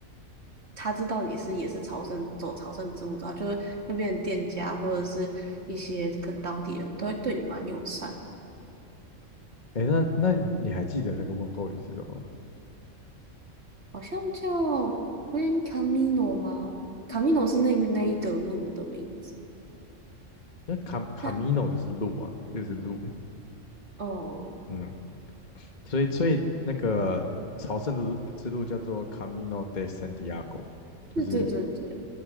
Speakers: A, on the right; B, on the left.
A: 他知道你是也是朝圣走朝圣之路的话，就是那边的店家或者是一些可能当地人都会对你蛮友善。
B: 哎，那那你还记得那个问候语是什么吗？
A: 好像叫 Gran Camino 吗？Camino 是那那一个路的名字。
B: 那卡卡米诺就是路啊，
A: 它
B: 就是路。
A: 哦，
B: 嗯，所以所以那个朝圣的路之路叫做 Camino de Santiago，就是
A: 对对对对，